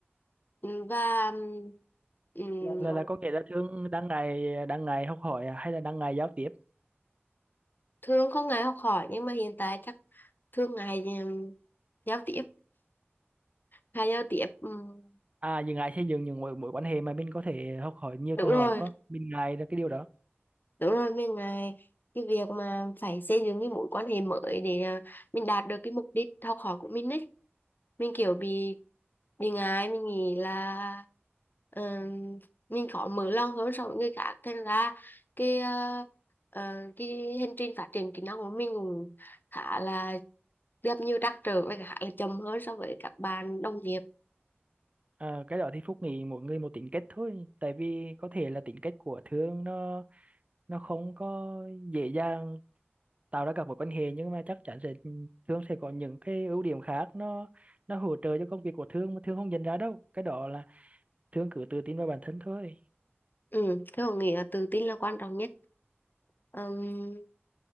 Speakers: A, on the left; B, on the right.
A: và ừm,
B: là là có kể là Thương đang ngày đang ngày học hỏi à? hay là đang ngày giao tiếp
A: thương không ngại học hỏi nhưng mà hiện tại chắc thương ngại ừm, giao tiếp hay giao tiếp ừm,
B: à dừng ngày xây dựng những mối mối quan hệ mà mình có thể học hỏi nhiều
A: đúng
B: từ
A: rồi
B: họ đúng không mình ngại là cái điều đó
A: Đúng rồi mình ngại cái việc mà phải xây dựng cái mối quan hệ mới để à, mình đạt được cái mục đích học hỏi của mình ấy mình kiểu bị bị ngại mình nghĩ là ừm, mình khó mở lòng hơn so với người khác thành ra cái à, à, cái hành trình phát triển kỹ năng của mình cũng khá là gặp nhiều trắc trở và khá là chậm hơn so với các bạn đồng nghiệp
B: à, cái đó thì Phúc nghĩ mỗi người một tính cách thôi tại vì có thể là tính cách của Thương nó nó không có dễ dàng tạo ra các mối quan hệ nhưng mà chắc chắn sẽ Thương sẽ có những cái ưu điểm khác nó nó hỗ trợ cho công việc của Thương mà Thương không nhận ra đâu cái đó là Thương cứ tự tin vào bản thân thôi
A: Ừ, thế Hồng nghĩ là tự tin là quan trọng nhất. Ừm,